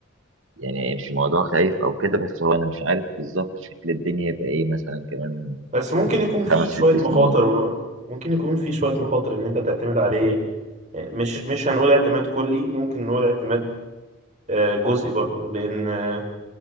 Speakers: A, on the right; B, on the right.
A: يعني مش الموضوع خايف او كده بس هو انا مش عارف بالظبط شكل الدنيا هيبقى ايه مثلا كمان
B: بس ممكن يكون فيه
A: خمس ست
B: شوية
A: سنين
B: مخاطر برضه ممكن يكون فيه شوية مخاطر إن أنت تعتمد عليه آه، مش مش هنقول اعتماد كلي ممكن نقول اعتماد آه، جزئي برضه لأن آه،